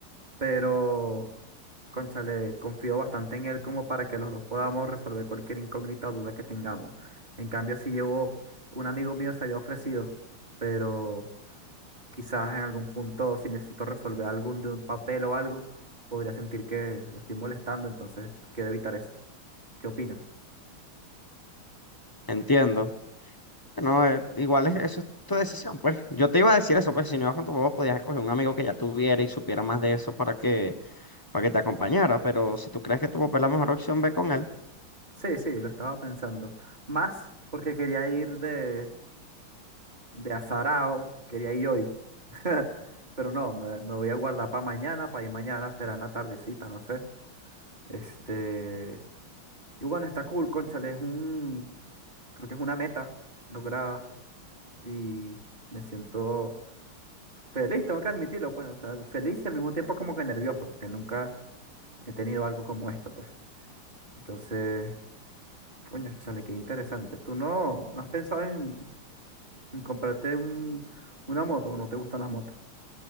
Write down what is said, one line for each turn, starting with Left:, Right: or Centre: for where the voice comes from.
Right: pero, cónchale, confío bastante en él como para que los dos podamos resolver cualquier incógnita o duda que tengamos. En cambio, si llevo, un amigo mío se había ofrecido, pero... Quizás en algún punto, si necesito resolver algún de un papel o algo, podría sentir que lo estoy molestando, entonces quiero evitar eso. ¿Qué opinas?
Left: Entiendo. No, eh, igual es, eso es tu decisión, pues. Yo te iba a decir eso, pues si no ibas con tu papá podías escoger un amigo que ya tuviera y supiera más de eso para que, para que te acompañara, pero si tú crees que tu papá es la mejor opción, ve con él.
Right: Sí, sí, lo estaba pensando. Más porque quería ir de, de azarao, quería ir hoy. <laughs> Pero no, me, me voy a guardar para mañana, para ir mañana, será en la tardecita, no sé. Este. Y bueno, está cool, cónchale, es un. Creo que es una meta lograda y me siento. Feliz, tengo que admitirlo, pues, o sea, feliz y al mismo tiempo como que nervioso, porque nunca he tenido algo como esto, pues. Entonces, coño, chale, qué interesante. ¿Tú no, no has pensado en, en comprarte un, una moto o no te gustan las motos?